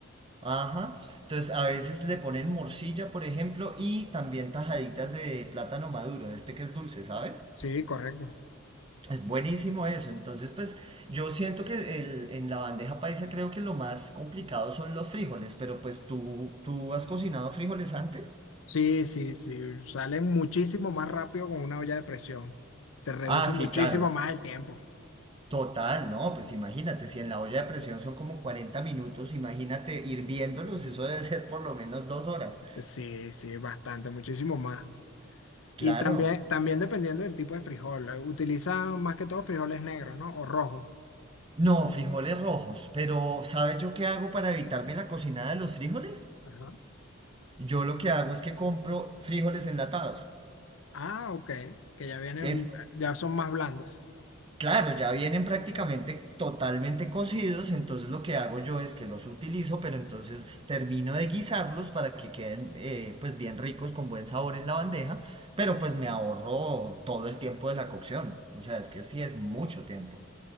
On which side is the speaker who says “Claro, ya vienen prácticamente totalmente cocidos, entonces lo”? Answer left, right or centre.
Right